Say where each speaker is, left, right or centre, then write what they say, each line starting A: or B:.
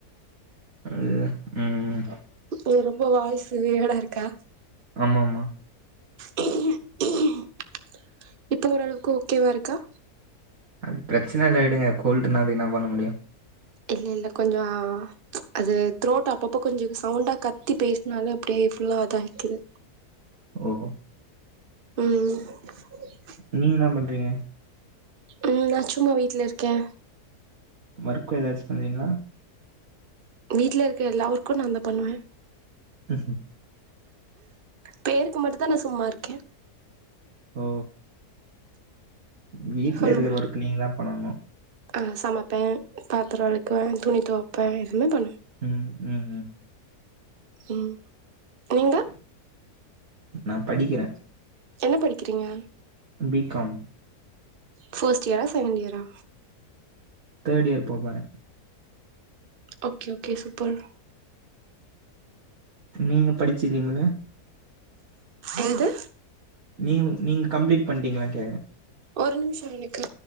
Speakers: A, on the right; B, on the right.
A: அ ம்
B: ஏ ரொம்ப வாயசு வெயிர்டா இருக்கா
A: ஆமா ஆமா
B: <unintelligible> இப்ப ஓரளவுக்கு ஓகேவாருக்கா
A: அது பிரச்சனைல்ல விடுங்க கோல்டுன என்ன பண்ண முடியும்
B: இல்ல இல்ல கொஞ்சோ அ அது த்ரோட் அப்பப்ப கொஞ்சம் சவுண்டா கத்தி பேசுனாலே அப்டியே ஃபுல்லா அத ஆகிக்குது
A: ஓ
B: ம்
A: நீங்க என்ன பண்றீங்க
B: ம் நா சும்மா வீட்லருக்கே
A: ஒர்க்கு ஏதாச்சு பண்ணுவீங்ளா
B: வீட்ல இருக்க எல்லா ஒர்க்கு நான்தா பண்ணுவே
A: ம்
B: பேருக்கு மட்டுதா நா சும்மாருக்கே
A: ஓ வீட்ல
B: சொல்லுங்க
A: இருக்கிற ஒர்க் நீங்கதா பண்ணணு
B: ஆ சமப்பே பாத்ர வெலக்குவே துணி தொவப்பே எதுமே பண்ணுவே
A: ம் ம் ம்
B: ம் நீங்க
A: நா படிக்கிறே
B: என்ன படிக்கிறீங்க
A: பி காம்
B: பர்ஸ்ட் இயரா செகண்ட் இயரா
A: தேர்ட் இயர் போ போறே
B: ஓகே ஓகே சூப்பர்
A: நீங்க படுச்சுருக்கீங்ள
B: என்னது
A: நீங் நீங்க கம்ப்ளீட் பண்ணிட்டீங்ளா கேக்குறே
B: ஒரு நிமிஷ எனக்கு